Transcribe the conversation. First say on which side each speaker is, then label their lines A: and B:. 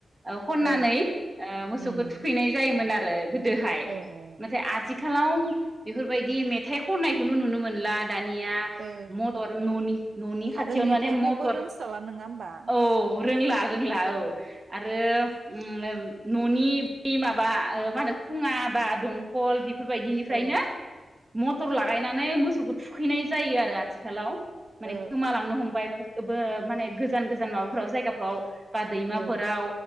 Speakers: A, on the right; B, on the right.
A: ओ खननानै
B: औ
A: ओ मोसौखौ
B: उम
A: थुखैनाय जायोमोन आ <unintelligible> गोदोहाय
B: ओ ओ
A: नाथाय आथिखा खालाव बेफोर बायदि मेथाइ खननायखौनो नुनो मोनला। दानिया
B: ओ
A: मटर ननि ननि खाथियावनो
B: आरो मेथाइखौबो
A: माने मटर
B: रोंस्राला नङा होमबा
A: औ रोंला रोंला औ आरो उम ओम न'नि बै माबा ओ मा होनो खुङा बा दंखल बि फोर बायदिनिफ्रायनो
B: औ ओ
A: मटर लागायनानै मोसौखौ थुखैनाय जायो आरो आथिखालाव माने
B: ओ
A: गोमालांनो हमबाय। ओबो माने गोजान गोजान माबाफोराव जायगाफ्राव बा दैमाफोराव
B: ओ